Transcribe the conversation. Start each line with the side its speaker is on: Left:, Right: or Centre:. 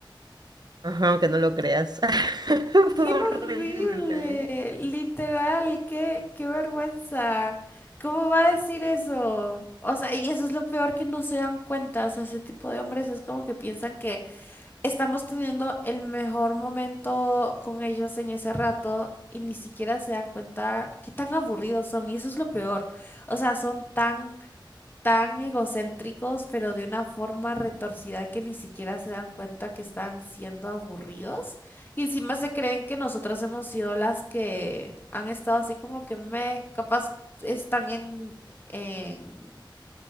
Right: Ajá, aunque no lo creas. <laughs>
Left: ¡Qué
Right: Fue horrible.
Left: horrible! Literal, qué, qué vergüenza. ¿Cómo va a decir eso? O sea, y eso es lo peor que no se dan cuenta. O sea, ese tipo de hombres es como que piensan que estamos teniendo el mejor momento con ellos en ese rato y ni siquiera se dan cuenta qué tan aburridos son. Y eso es lo peor. O sea, son tan tan egocéntricos, pero de una forma retorcida que ni siquiera se dan cuenta que están siendo aburridos. Y encima se creen que nosotros hemos sido las que han estado así como que me, capaz están en, en,